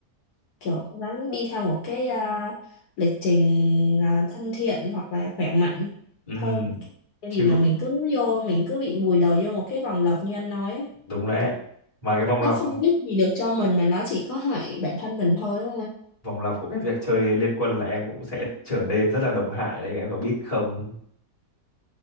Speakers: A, on the left (about 65°); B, on the left (about 20°).
A: kiểu cố gắng đi theo một cái uh, lịch trình uh, thân thiện hoặc là khỏe mạnh
B: Ừm,
A: hơn Tại
B: chứ
A: vì mà
B: cũng-
A: mình cứ vô mình cứ bị vùi đầu vô một cái vòng lặp như anh nói á
B: đúng đấy. Mà cái vòng
A: nó
B: lặp
A: không biết gì được cho mình mà nó chỉ có hại bản thân mình thôi đúng không anh
B: vòng lặp của cái việc chơi liên quân là em cũng sẽ trở nên rất là độc hại đấy, em có biết không?